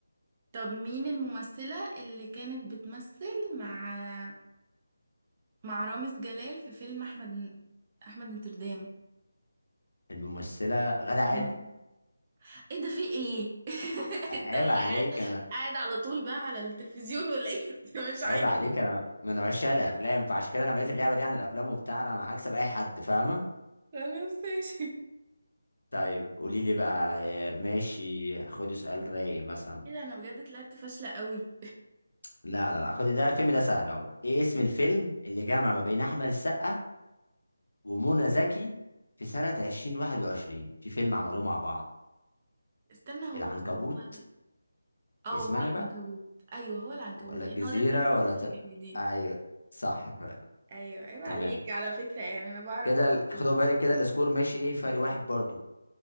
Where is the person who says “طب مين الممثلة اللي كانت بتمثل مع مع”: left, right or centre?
Right